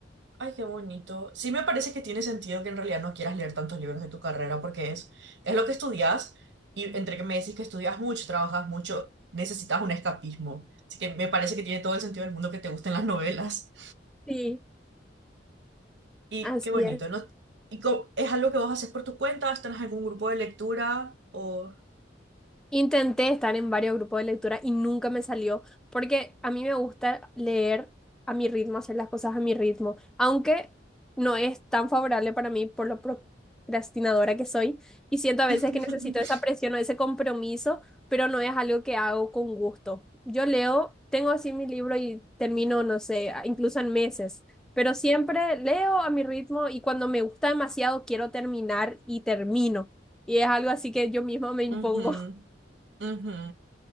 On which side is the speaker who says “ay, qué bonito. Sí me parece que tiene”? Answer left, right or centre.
Right